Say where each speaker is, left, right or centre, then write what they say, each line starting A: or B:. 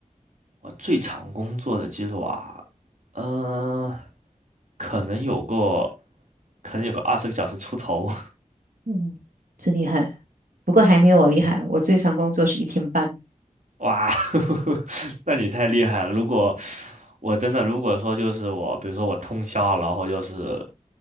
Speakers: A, on the right; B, on the right.
A: 我最长工作的记录啊，嗯、可能有过可能有个二十个小时出头。
B: 嗯真厉害，不过还没有我厉害，我最长工作是一天半。
A: 哇，<laughs> 那你太厉害了！如果我真的如果说就是我，比如说我通宵啊，然后就是